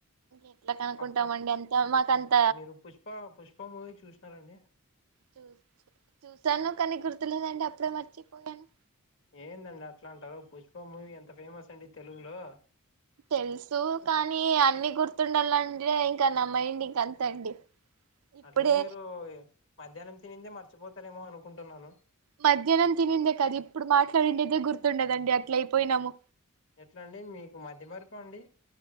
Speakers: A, on the right; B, on the left.
A: ఎట్లా కనుక్కుంటామండి
B: పక్కా
A: అంత మాకంత
B: మీరు పుష్ప పుష్ప మూవీ చూసినారండి
A: చూ చూసాను కానీ గుర్ గుర్తులేదండీ అప్పుడే మర్చిపోయాను
B: ఏందండి అట్లాంటారు పుష్ప మూవీ ఎంత ఫేమస్ అండి తెలుగులో
A: తెలుసు కానీ అన్ని గుర్తుండాలంటే ఇంక నా మైండ్ ఇంకంతే అండి ఇప్పుడే
B: అట్లా అయితే మీరు మధ్యాహ్నం తినిందే మర్చిపోతారేమో అనుకుంటున్నాను
A: మధ్యాహ్నం తినిందే కదా ఇప్పుడు మాట్లాడిండేదే గుర్తుండదండి అట్ల అయిపోయినాము
B: ఎట్ల అండి మీకు మతి మరుపాఅండి